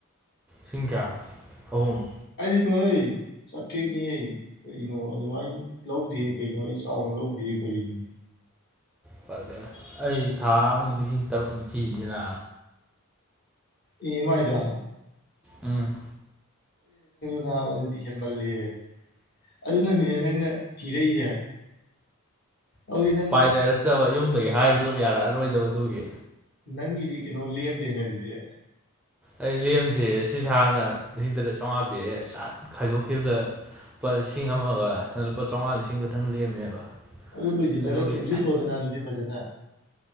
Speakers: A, in the centre; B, on the left.
A: ꯁꯤꯡꯀ꯭ꯌꯥ ꯑꯍꯨꯝ
B: ꯀꯩꯅꯣ ꯑꯩ ꯆꯥꯇꯦꯠꯅꯤꯑ ꯀꯩꯅꯣ ꯑꯗꯨꯃꯥꯏꯅ ꯂꯧꯗꯦ ꯀꯩꯅꯣ ꯑꯩ ꯆꯥꯎꯅ ꯂꯧꯗꯦ ꯑꯣꯏꯔꯤꯅꯤ
A: ꯐꯖꯦ ꯑꯩ ꯊꯥ ꯑꯃ ꯂꯤꯁꯤꯡ ꯇꯔꯨꯛ ꯅꯤꯊꯤꯁꯤꯅ
B: ꯑꯦꯃꯥꯏꯗ
A: ꯎꯝ
B: ꯅꯥꯕ ꯑꯗꯨꯁꯟ ꯃꯜꯜꯂꯤꯦ ꯑꯗꯨꯅꯅꯤꯅꯦ ꯅꯪꯅ ꯊꯤꯔꯛꯏꯁꯦ ꯑꯗꯨꯗꯤ ꯅꯪ
A: ꯎꯄꯥꯏ ꯂꯩꯔꯛꯇꯕ ꯌꯨꯝꯗꯒꯤ ꯍꯥꯏꯕꯗꯨ ꯌꯥꯔꯛꯑꯔꯣꯏꯗꯕꯗꯨꯒꯤ
B: ꯅꯪꯗ ꯀꯦꯩꯅꯣ ꯂꯝꯗꯦꯅꯦ ꯑꯗꯨꯗꯦ
A: ꯑꯩ ꯂꯦꯝꯗꯦ ꯑꯁꯤ ꯁꯥꯔꯅ ꯂꯤꯁꯤꯡ ꯇꯔꯥ ꯆꯥꯝꯃꯉꯥ ꯄꯤꯔꯛꯑꯦ ꯑ ꯁꯠ ꯈꯥꯏꯗꯣꯛꯈꯤꯕꯗ ꯂꯨꯄꯥ ꯂꯤꯁꯤꯡ ꯑꯃꯒ ꯂꯨꯄꯥ ꯆꯥꯝꯃꯉꯥ ꯂꯤꯁꯤꯡ ꯈꯛꯇꯪ ꯂꯦꯝꯃꯦꯕ
B: ꯑꯗꯨ ꯂꯣꯏꯁꯤꯜꯂꯒ
A: ꯑꯗꯨꯒꯤ
B: ꯇꯨꯡꯁꯤꯜꯂꯣꯗꯅ ꯑꯗꯨꯗꯤ ꯐꯖꯅ